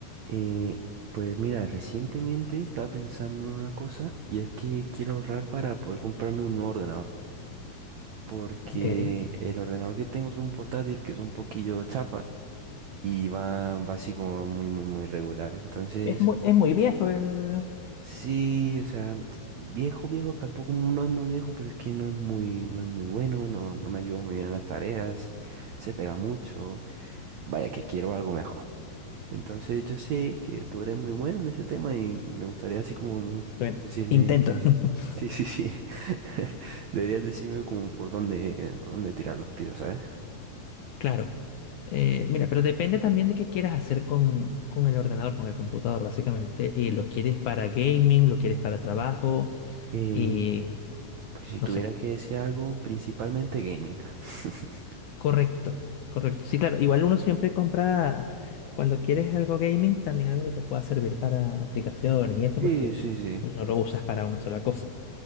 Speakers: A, on the right (about 80°); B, on the left (about 75°).
A: Eh, pues mira, recientemente estaba pensando en una cosa y es que quiero ahorrar para poder comprarme un nuevo ordenador. Porque
B: Ok.
A: el ordenador que tengo es un portátil que es un poquillo chafa y va, va así como muy, muy, muy regular. Entonces,
B: Es muy, es muy viejo el
A: sí, o sea, viejo, viejo, tampoco no es muy viejo, pero es que no es muy, no es muy bueno, no, no me ayuda muy bien en las tareas, se pega mucho. Vaya que quiero algo mejor. Entonces yo sé que tú eres muy bueno en ese tema y me gustaría así como
B: Bueno,
A: decirme
B: intento,
A: que
B: <laughs>
A: <laughs> sí, sí, sí. <laughs> Deberías decirme como por dónde, eh, por dónde tirar los tiros, ¿sabes?
B: claro. Eh, mira, pero depende también de qué quieras hacer con, con el ordenador, con el computador, básicamente. Y lo quieres para gaming, lo quieres para trabajo
A: Eh,
B: y
A: pues si
B: no
A: tuviera
B: sé.
A: que decir algo, principalmente gaming. <laughs>
B: Correcto, correcto. Sí, claro. Igual uno siempre compra, cuando quieres algo gaming, también algo que te pueda servir para aplicaciones y eso,
A: Sí,
B: porque
A: sí, sí.
B: no lo usas para una sola cosa.